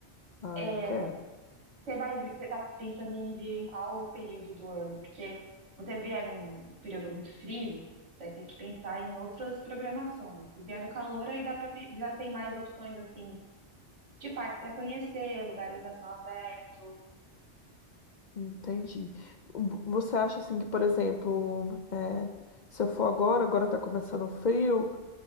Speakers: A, on the left; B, on the right.
A: Ah,
B: É,
A: eu quero.
B: você vai, vi- você tá pensando em vir em qual período do ano? Porque se você vier num período muito frio, vai ter que pensar em outras programações. Se vier no calor, aí dá pra, pe- já tem mais opções assim de parque para conhecer, lugares a céu aberto.
A: Entendi. Vo- Você acha assim que, por exemplo, é, se eu for agora, agora tá começando o frio,